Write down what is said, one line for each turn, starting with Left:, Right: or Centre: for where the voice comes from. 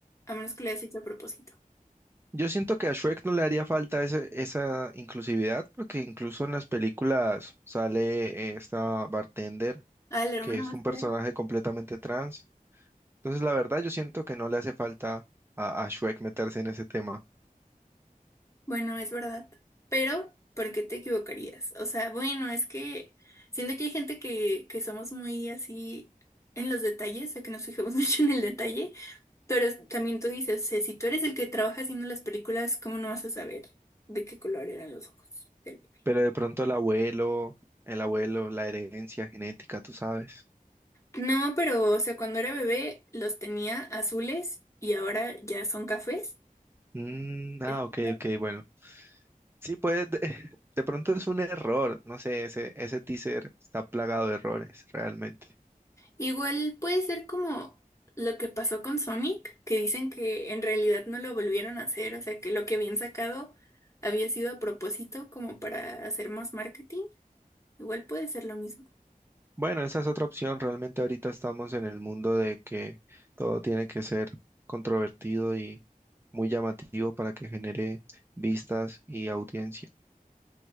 Left: A menos que lo hayas hecho a propósito.
Right: Yo siento que a Shrek no le haría falta ese- esa inclusividad, porque incluso en las películas sale eh, esta bartender,
Left: Ah, la hermana
Right: que es
Left: más
Right: un personaje
Left: fea.
Right: completamente trans. Entonces, la verdad, yo siento que no le hace falta a, a Shrek meterse en ese tema.
Left: Bueno, es verdad. Pero, ¿por qué te equivocarías? O sea, bueno, es que siento que hay gente que, que somos muy así en los detalles, o sea, que nos fijamos <laughs> mucho en el detalle. Pero también tú dices, "Sé, si tú eres el que trabaja haciendo las películas, ¿cómo no vas a saber de qué color eran los ojos del bebé?
Right: Pero de pronto el abuelo, el abuelo, la herencia genética, tú sabes.
Left: No, pero, o sea, cuando era bebé los tenía azules y ahora ya son cafés.
Right: Mm, ah,
Left: Es
Right: ok,
Left: claro.
Right: ok, bueno. Sí, pues de, <laughs> de pronto es un error, no sé, ese, ese teaser está plagado de errores, realmente.
Left: Igual puede ser como lo que pasó con Sonic, que dicen que en realidad no lo volvieron a hacer, o sea, que lo que habían sacado había sido a propósito como para hacer más marketing. Igual puede ser lo mismo.
Right: Bueno, esa es otra opción. Realmente ahorita estamos en el mundo de que todo tiene que ser controvertido y muy llamativo para que genere vistas y audiencia.